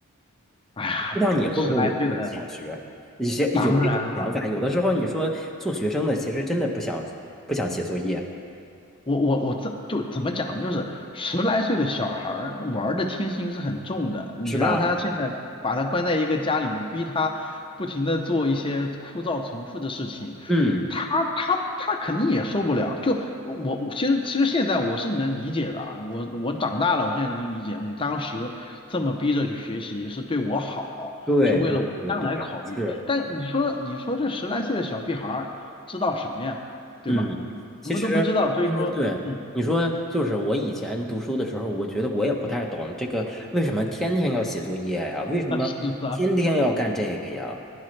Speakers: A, on the left; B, in the centre.
A: 哎呀，
B: 不知道你会不会有这种想学，
A: 十来岁的，
B: 一些有这种想法，
A: 当然
B: 有的时候你说做学生的其实真的不想不想写作业，
A: 我我我这就怎么讲呢？就是十来岁的小孩儿玩儿的天性是很重的，你让他现在把他关在一个家里面，
B: 是吧？
A: 逼他不停的做一些枯燥重复的事情，
B: 嗯。
A: 他他他肯定也受不了。就我其实其实现在我是能理解的啊，我我长大了，我现在能理解，嗯，当时这么逼着去学习是对我好，
B: 对对对对，
A: 是为了我将来考虑。
B: 是，
A: 但你说你说这十来岁的小屁孩儿知道什么呀？对吧？
B: 嗯，其实其实对你说，
A: 什么都不知道，所以说，嗯，
B: 就是我以前读书的时候，我觉得我也不太懂这个为什么天天要写作业呀？为什么天天要干这个呀？
A: 是的，